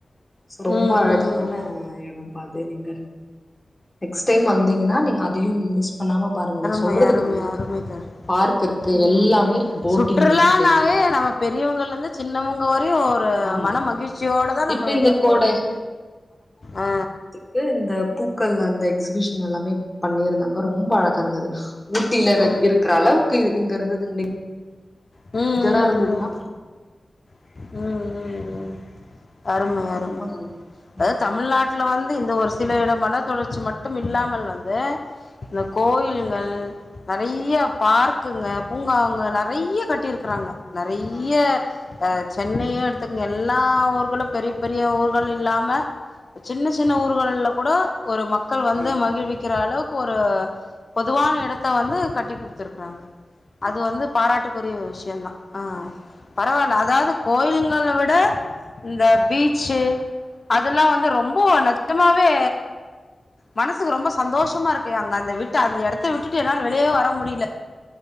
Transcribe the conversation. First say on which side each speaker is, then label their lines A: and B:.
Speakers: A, on the left (about 15°); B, on the left (about 45°).
A: சோ ரொம்ப
B: ம்
A: அழகான இடோ பாக்க நீங்க நெக்ஸ்ட் டைம் வந்தீங்கினா நீங்க அதையு மிஸ் பண்ணாம பாருங்க நா சொல்றது
B: மை அருமை
A: கம்மிதா
B: அருமை தோழி
A: பார்க் இருக்கு
B: ம்
A: எல்லாமே இருக்கு போட்டிங்
B: சுற்றுலானாவே
A: இருக்கு
B: நம்ம பெரியவ்ங்கலர்ந்து சின்னவங்க வரையு ப
A: ஆமா
B: மன மகிழ்ச்சியோடதா நம்ம
A: இப்ப
B: வெளிய
A: இந்த
B: போறோமே
A: கோடை
B: ஆ
A: இது இந்த பூக்கள் அந்த எக்ஸுபிஷன் எல்லாமே பண்ணிருந்தாங்க ரொம்ப அழகா இருந்தது ஊட்டிலற
B: ம்
A: இருக்ற அளவுக்கு இது இங்க இருந்தது நெ
B: ம் ம்
A: கறா இருந்ததுனா
B: ம் ம் ம் ம் அரும அரும
A: ரொம்ப நல்லா
B: அரும
A: இருக்கு
B: அதாது
A: ம்
B: தமிழ்நா ட்ல வந்து இந்த ஒரு சில இடம் மல தொடர்ச்சி மட்டும் இல்லாமல் வந்து இந்த கோயில்கள் நெறைய பார்க்குங்க பூங்காங்க நெறைய கட்டிருக்குறாங்க நெறைய
A: ஆ
B: அ சென்னையு எடுத்துக்ங்க எல்லா ஊர்களு பெரி பெரிய ஊர்கள் இல்லாம சின்ன சின்ன ஊர்கள்ல கூட ஒரு மக்கள் வந்து
A: ம்
B: மகிழ்விக்கிற அளவ் க்கு ஒரு பொதுவான எடத்த வந்து கட்டி குடுத்துருக்றாங்க அது
A: ஆ
B: வந்து பாராட்டுக்குரிய ஒரு விஷ்யோந்தா ஆ பரவால்ல அதாவ்து கோயிலுங்கள விட இந்த பீச்சு அதெல்லா வந்து ரொம்போ நெஜமாவே மனசுக்கு ரொம்ப சந்தோஷமா இருக்கு அங்க அந்த விட்டு அந்த எடத்த விட்டுட்டு என்னால் வெளியே வர முடியில